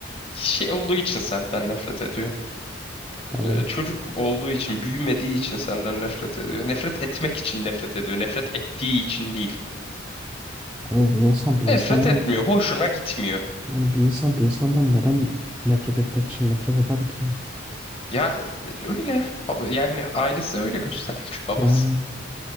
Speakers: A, on the left; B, in the centre.
A: şey olduğu için senden nefret ediyor.
B: Hani
A: Ee, çocuk olduğu için, büyümediği için senden nefret ediyor. Nefret etmek için nefret ediyor. Nefret ettiği için değil.
B: abi bir insan bir
A: Nefret
B: insandan
A: etmiyor, hoşuna gitmiyor.
B: yani bir insan bir insandan neden nefret etmek için nefret eder ki?
A: Ya öyle Baba- yani ailesi öyle göstermiş babası.
B: Yani